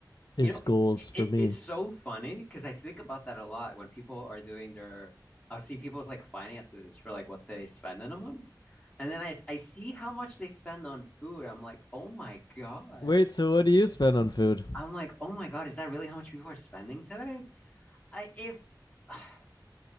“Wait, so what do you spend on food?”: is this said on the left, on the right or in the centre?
Left